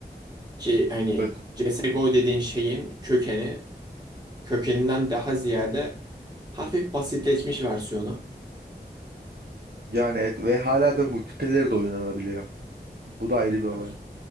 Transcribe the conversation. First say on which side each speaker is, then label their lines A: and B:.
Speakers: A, on the right; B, on the right.
A: Ki hani
B: Evet.
A: CSGO dediğin şeyin kökeni kökeninden daha ziyade hafif basitleşmiş versiyonu.
B: Yani et ve hala da multiplayer de oynanabiliyor. Bu da ayrı bir olay.
A: Abi